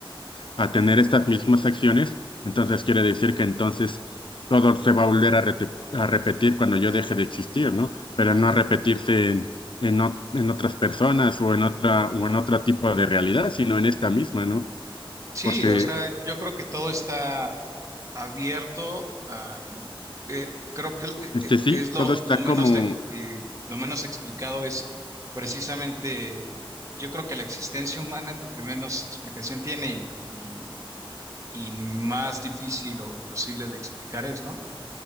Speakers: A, on the left; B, on the right.
A: a tener estas mismas acciones, entonces quiere decir que entonces todo se va a volver a, rete- a repetir cuando yo deje de existir, ¿no? Pero no a repetirse en, en, ot- en otras personas o en otra o en otro tipo de realidad, sino en esta misma, ¿no?
B: Sí,
A: Porque
B: o sea, yo creo que todo está abierto. a- eh, creo que eh,
A: este
B: eh,
A: sí,
B: es lo,
A: todo está
B: lo menos,
A: como
B: expli- lo menos explicado es precisamente, yo creo que la existencia humana es lo que menos explicación tiene y, y y más difícil o imposible de explicar es, ¿no?